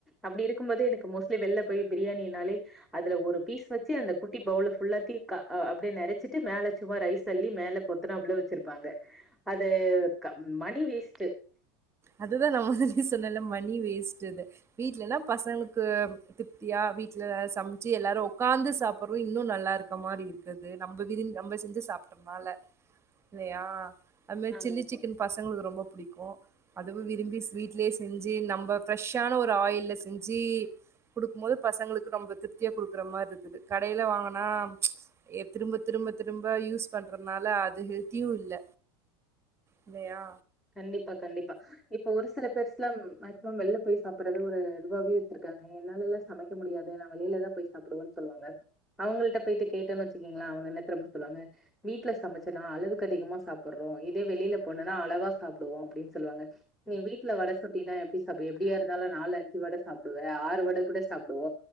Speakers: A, in the centre; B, on the right (about 20°).
A: அப்டி இருக்கும் போது எனக்கு மோஸ்ட்லி வெள்ல போய் பிரியாணினாலே அதுல ஒரு பீஸ் வச்சு அந்த கு ட்டி பவுல ஃபுல்லாத்தி க ஆ அப்டியே நெரச்சிட்டு மேல சும்மா ரைஸ் அள்ளி மேல பொத்துனாப்ள வச்சிருப்பாங்க அது க மணி வேஸ்ட்டு
B: அதுதா நா ஆல்ரெடி சொன்னேல்ல மணி வேஸ்ட்டுது வீட்லனா பசங்ளுக்கு திருப்தியா வீட்ல சம்ச்சு எல்லாரு ஒக்காந்து சாப்புற இன்னு நல்லாரு க்க மாரி இருக்குது நம்ப விரு நம்ப செஞ்சு சாப்ட்டனால இல்லயா அதுமேரி
A: ஆமா
B: சில்லி
A: ஆமா
B: சிக்கன் பசங்களுக்கு ரொம்ப புடிக்கு அதுவு விரும்பி வீட்லயே செஞ்சு நம்ம ஃப்ரெஷ்ஷான ஒரு ஆயில்ல செஞ்சி குடுக்கும்போது பசங்களுக்கு ரொம்ப திருப்தியா குடுக்குற மார்ருக்குது கடைல வாங்னா எ திரும்ப திரும்ப திரும்ப யூஸ் பண்றதுனால அது ஹெல்த்தியு இல்ல இல்லயா
A: கண்டிப்பா கண்டிப்பா இப்போ ஒரு சில பேர்ஸ்லா மேக்சிமம் வெளில போய் சாப்புறது ஒரு இதுவாவே வச்சிருக்காங்க என்னாலல்லா சமைக்க முடியாது நா வெளிலதா போய் சாப்டுவன் சொல்லுவாங்க அவுங்கள்ட்ட போய்ட்டு கேட்டேன்னு வச்சுக்கங்களே அவுங்க என்ன தெர்மா சொல்லுவாங்க வீட்ல சமச்சன்னா அளவுக்கு அதிகமா சாப்புறோ இதே வெளில போனேன்னா அளவா சாப்டுவோ அப்டின் சொல்வாங்க நீ வீட்ல வட சுட்டினா எப்டி சாப்பு எப்டியா இருந்தாலு நாலு அஞ்சு வட சாப்டுவ ஆறு வட கூட சாப்டுவோ